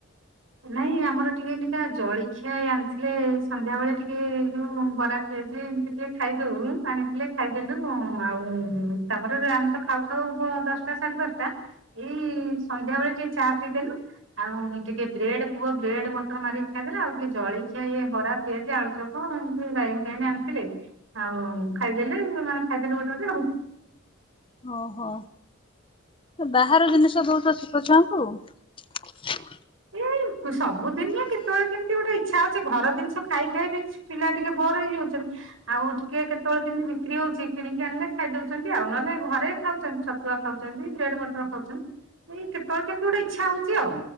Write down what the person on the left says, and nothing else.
ଓହୋ ବାହାର ଜିନିଷ ଦଉଛ ଛୋଟ ଛୁଆଙ୍କୁ?